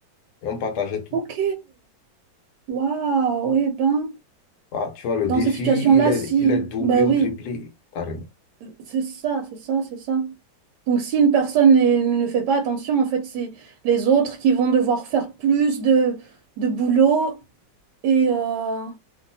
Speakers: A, on the left; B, on the right.
A: Et on partageait tout.
B: Ok. Waouh. Eh ben,
A: Voilà, tu vois, le
B: dans
A: défi,
B: cette situation-là,
A: il est,
B: si,
A: il est doublé
B: ben
A: ou
B: oui,
A: triplé, carrément.
B: c'est ça, c'est ça, c'est ça. Donc, si une personne n'est- ne fait pas attention, en fait, c'est les autres qui vont devoir faire plus de, de boulot Et, euh,